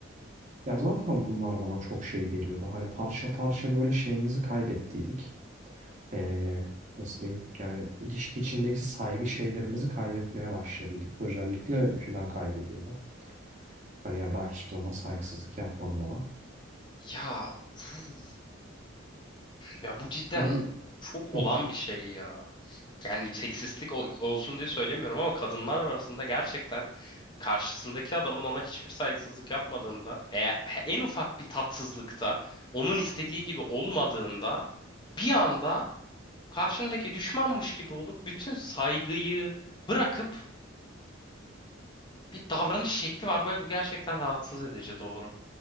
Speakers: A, on the right (about 35°); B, on the left (about 25°).
A: Ya zaten bunlar bana çok şey geliyordu. Hani parça parça böyle şeyimizi kaybettiydik. Eee, nasıl diyeyim? Yani ilişki içindeki saygı şeylerimizi kaybetmeye başladıydık. Özellikle Fidan kaybediyordu. Hani ya ben hiçbir zaman saygısızlık yapmadım ona.
B: Ya bu, ya bu cidden
A: Hani
B: çok olan
A: hı,
B: bir şey ya. Yani seksistlik ol- olsun diye söylemiyorum ama kadınlar arasında gerçekten karşısındaki adamın ona hiçbir saygısızlık yapmadığında, eğer en ufak bir tatsızlıkta onun istediği gibi olmadığında bir anda karşındaki düşmanmış gibi olup bütün saygıyı bırakıp bir davranış şekli var. Böyle bu gerçekten rahatsız edici doğru.